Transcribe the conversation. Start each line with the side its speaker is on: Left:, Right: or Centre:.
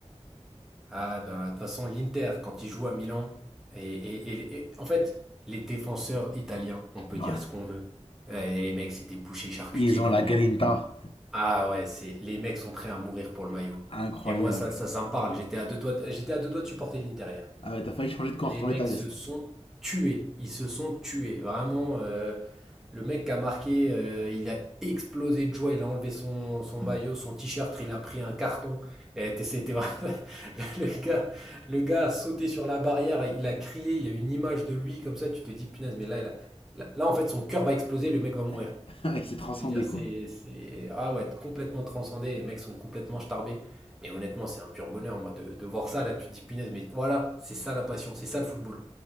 Centre: Ah ben, de toute façon, l'Inter, quand il joue à Milan, et, et- et- et- en fait, les défenseurs italiens, on peut
Left: Ouais.
Centre: dire ce qu'on veut. Euh, Et les mecs, c'est des bouchers charcutiers
Left: Ils ont
Centre: comme
Left: la
Centre: on
Left: grinta.
Centre: n'en fait plus. Ah ouais, c'est les mecs sont prêts à mourir pour le maillot.
Left: Incroyable.
Centre: Et moi, ça, ça, ça me parle. J'étais à deux doigts, j'étais à deux doigts de supporter l'Inter hier.
Left: Ah ouais, t'as failli changer de camp,
Centre: Les
Left: retourner
Centre: mecs
Left: ta veste.
Centre: se sont tués. Ils se sont tués. Vraiment, euh, le mec qui a marqué, euh, il a explosé de joie. Il a enlevé son, son maillot, son t-shirt. Il a pris un carton. Et t- C'était vraiment... <laughs> le gars, le gars a sauté sur la barrière. Il a crié. Il y a une image de lui comme ça. Tu te dis, punaise, mais là, il a- là, là, en fait, son cœur va exploser. Le mec va mourir.
Left: <laughs> il s'est transcendé,
Centre: Je veux dire, c'est,
Left: quoi.
Centre: c'est... Ah ouais, complètement transcendé, les mecs sont complètement starbés. Mais honnêtement, c'est un pur bonheur, moi, de, de voir ça, là, tu te dis, punaise, mais voilà, c'est ça la passion, c'est ça le football.